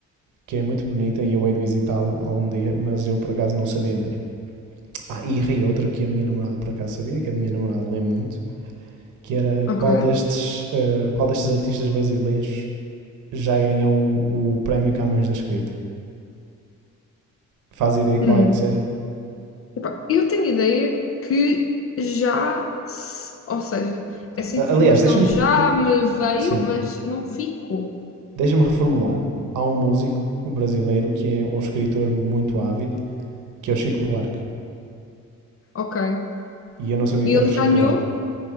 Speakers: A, on the right; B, on the left.
A: Que é muito bonita e eu hei de visitá-la algum dia, mas eu por acaso não sabia mesmo. Ah, e errei outra que a minha namorada por acaso sabia, que a minha namorada lê muito que era
B: Ok.
A: qual destes, eh, qual destes artistas brasileiros já ganhou o prémio Camões da Escrita. Faz ideia
B: Hum.
A: qual é que seja?
B: Epá, eu tenho ideia que já. se- Ou seja, essa
A: A-
B: informação
A: Aliás, deixa-me
B: já
A: de-
B: me veio,
A: sim,
B: mas não ficou.
A: deixa-me reformular. Há um músico brasileiro que é um escritor muito ávido, que é o Chico Buarque.
B: Ok.
A: E eu não sabia
B: E
A: que
B: ele
A: era o Chico
B: ganhou?
A: Buarque.